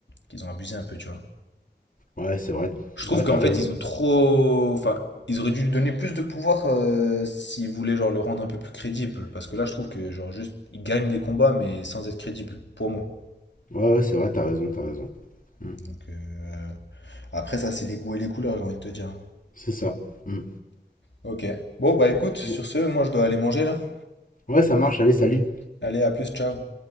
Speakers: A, on the left; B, on the left.
A: qu'ils ont abusé un peu, tu vois.
B: ouais, Ouais, c'est vrai.
A: Je trouve
B: Ouais,
A: qu'en
B: t'as raison.
A: fait, ils ont trop. Enfin, ils auraient dû lui donner plus de pouvoir euh, s'ils voulaient genre, le rendre un peu plus crédible. Parce que là, je trouve que genre juste, il gagne les combats, mais sans être crédible, pour moi.
B: Ouais, ouais, c'est vrai, t'as raison, t'as raison. Mm.
A: Donc, euh, Après, ça, c'est les goûts et les couleurs, j'ai envie de te dire.
B: C'est ça. Mm.
A: Ok. Bon, bah écoute, sur
B: Bon.
A: ce, moi, je dois aller manger là.
B: Ouais, ça marche, allez, salut.
A: Allez, à plus, ciao.